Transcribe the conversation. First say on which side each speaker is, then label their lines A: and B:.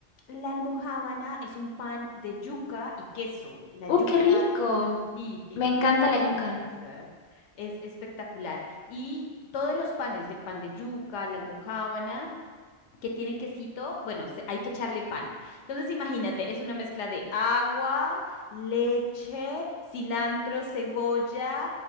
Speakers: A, on the left; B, on the left.
A: La almojábana es un pan de yuca y queso. La
B: ¡Uh,
A: yuca,
B: qué rico!
A: ¿te suena? Sí, sí,
B: Me encanta
A: sí, es
B: la yuca.
A: deliciosa. Es espectacular. Y todos los panes, el pan de yuca, la almojábana que tienen quesito, bueno, se- hay que echarle pan. Entonces, imagínate, es una mezcla de agua, leche, cilantro, cebolla,